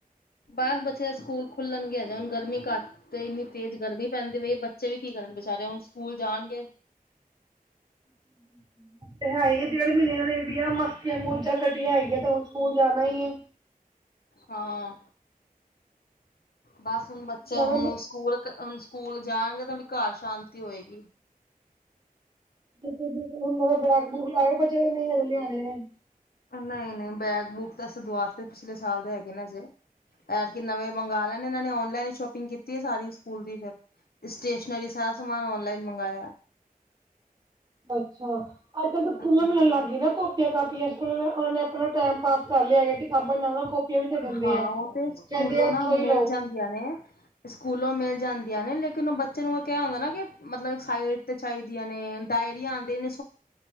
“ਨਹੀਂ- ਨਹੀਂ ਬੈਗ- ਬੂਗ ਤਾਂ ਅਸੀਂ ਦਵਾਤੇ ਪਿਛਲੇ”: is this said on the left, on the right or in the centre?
Left